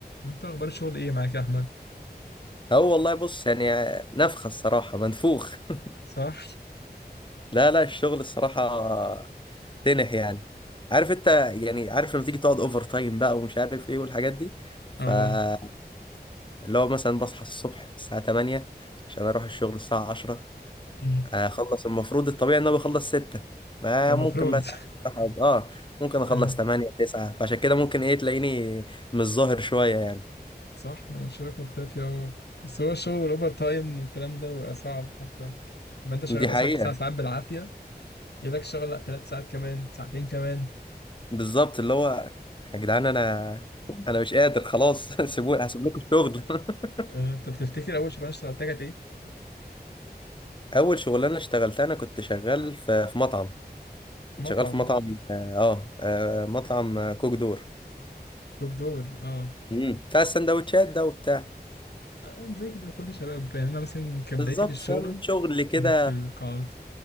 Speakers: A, on the left; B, on the left.
A: انت اخبار الشغل ايه معاك يا احمد
B: هو والله بص يعني نفخة الصراحة منفوخ <laughs>
A: صح
B: لا لا الشغل الصراحة تنح يعني عارف انت يعني عارف لما تيجي تقعد اوفر تايم بقى ومش عارف ايه والحاجات دي فاللي
A: اه
B: هو مثلا بصحى الصبح الساعة 8 عشان اروح الشغل الساعة 10
A: مم.
B: اخلص المفروض الطبيعي ان انا بخلص 6 ما
A: ده المفروض
B: ممكن بقى ساعات
A: <laughs>
B: الصراحة أبقى- اه ممكن اخلص
A: آه.
B: 8 9 فعشان كده ممكن ايه تلاقيني مش ظاهر شوية يعني
A: صح ما انا شايفك مختفي اهو بس هو الشغل والاوفر تايم والكلام ده بيبقى صعب حتى لما انت شغال
B: دي حقيقة
A: اصلا تسع ساعات بالعافيه جالك شغل لا ثلاث ساعات كمان ساعتين كمان
B: بالظبط اللي هو يا جدعان انا انا مش قادر خلاص <laughs> سيبوني هسيب لكم الشغل <laughs>
A: آه. انت بتفتكر اول شغلانه اشتغلتها كانت ايه
B: اول شغلانه اشتغلتها انا كنت شغال في في مطعم
A: في
B: كنت
A: مطعم
B: شغال في مطعم اه آه، مطعم آه، كوك دور
A: دوك دور اه
B: مم. بتاع السندوتشات ده وبتاع
A: آه، زي كده كل شباب يعني انا مثلا كبدايتي
B: بالظبط
A: في الشغل
B: فاهم شغل كده
A: كانت في القاعات